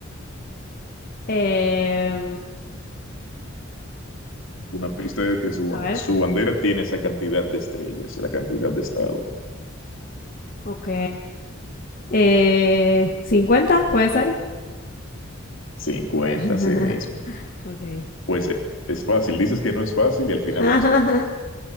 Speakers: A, on the left; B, on the left.
A: Eh,
B: una pista de que su, ban-
A: a ver,
B: su bandera tiene esa cantidad de estrellas, la cantidad de estados.
A: ok. Eh, ¿50 puede ser?
B: cincuenta
A: <laughs>
B: así mismo.
A: ok,
B: Pues
A: bien.
B: e- es fácil, dices que no es fácil y al final
A: <laughs>
B: lo respondes.